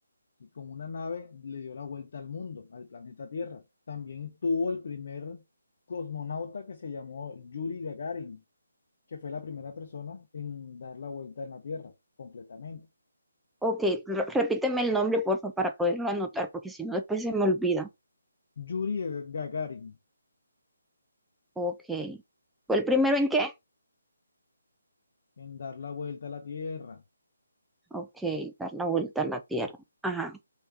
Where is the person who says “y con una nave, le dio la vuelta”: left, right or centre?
Left